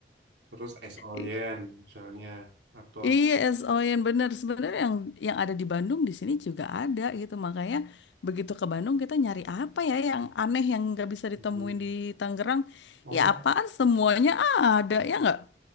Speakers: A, on the right; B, on the left.
A: terus es oyen
B: I-
A: misalnya atau apa.
B: Iya, SOYN bener. Sebenarnya yang yang ada di Bandung di sini juga ada gitu. Makanya begitu ke Bandung kita nyari apa ya yang aneh yang nggak bisa
A: Hmm.
B: ditemuin di Tangerang.
A: Oh,
B: Ya apaan semuanya ada ya nggak?